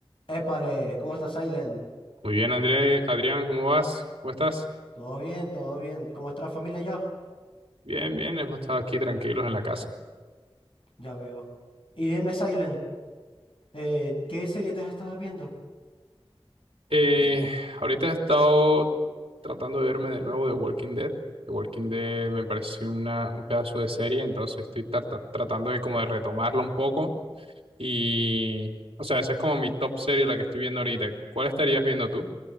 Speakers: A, on the left; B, on the right.
A: Épale, ¿cómo estás, Silent?
B: Muy bien, André, Adrián, ¿cómo vas? ¿Cómo estás?
A: Todo bien, todo bien. ¿Cómo está la familia ya?
B: Bien, bien, hemos estado aquí tranquilos en la casa.
A: Ya veo. Y dime, Silent, eh, ¿qué serie te has estado viendo?
B: Eh, ahorita he estado tratando de verme de nuevo The Walking Dead. The Walking Dead me pareció una, un pedazo de serie, entonces estoy tarta- tratando de como de retomarlo un poco. Y, o sea, esa es como mi top serie, la que estoy viendo ahorita. ¿Cuál estarías viendo tú?